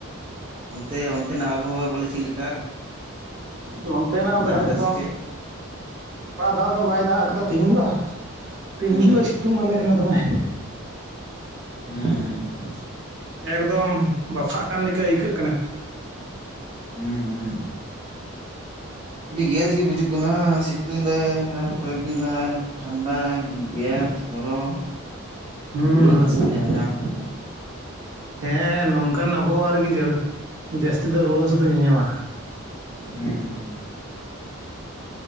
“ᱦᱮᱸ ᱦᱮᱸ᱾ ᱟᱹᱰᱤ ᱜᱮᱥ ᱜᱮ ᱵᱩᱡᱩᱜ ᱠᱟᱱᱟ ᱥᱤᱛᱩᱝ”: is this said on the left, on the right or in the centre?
Right